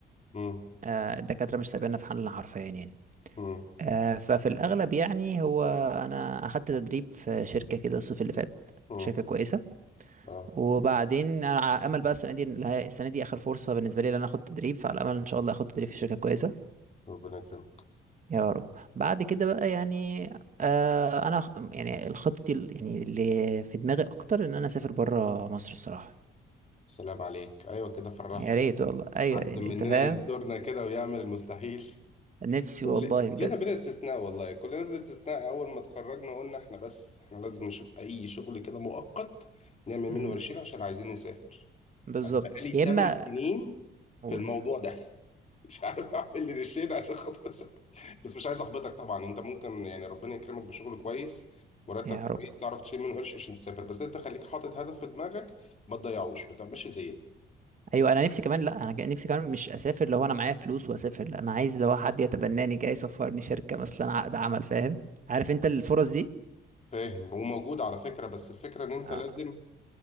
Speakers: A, on the left; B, on the right.
A: امم
B: آه الدكاتره مش سايبيننا في حالنا حرفيا يعني
A: امم
B: آه ففي الاغلب يعني هو انا اخدت تدريب في شركه كده الصيف اللي فات
A: امم
B: شركه كويسه
A: اه
B: وبعدين انا على امل بقى السنه دي السنه دي اخر فرصه بالنسبه لي ان انا اخد تدريب فعلى امل ان شاء الله اخد تدريب في شركه كويسه
A: ربنا يكرمك
B: يا رب بعد كده بقى يعني آه انا خ- يعني الخطة ال- يعني اللي في دماغي اكتر ان انا اسافر بره مصر الصراحة
A: السلام عليك ايوه كده فرحنا
B: يا ريت والله ايوه
A: حد
B: يعني
A: مننا
B: انت فاهم
A: ينطرنا كده ويعمل المستحيل
B: نفسي
A: كل...
B: والله بجد
A: كلنا بلا استثناء والله كلنا بلا استثناء اول ما اتخرجنا قلنا احنا بس احنا لازم نشوف اي شغل كده مؤقت نعمل منه
B: امم
A: ورشين عشان عايزين نسافر
B: بالظبط
A: انا بقالي
B: يا اما
A: 8 سنين
B: اقول
A: في الموضوع ده <laughs> مش عارف اعمل لي ريشين عشان خاطر اسافر بس مش عايز احبطك طبعا انت ممكن يعني ربنا يكرمك بشغل كويس مرتب
B: يا
A: كويس
B: رب
A: تعرف تشيل منه قرش عشان تسافر بس انت خليك حاطط هدف في دماغك ما تضيعوش ما تعملش زي
B: ايوه انا نفسي كمان لا انا جا- نفسي كمان مش اسافر لو انا معايا فلوس واسافر لا انا عايز لو حد يتبناني جاي يسفرني شركة مثلا عقد عمل فاهم عارف انت الفرص دي
A: فاهم وموجود على فكرة بس الفكرة ان انت
B: آه.
A: لازم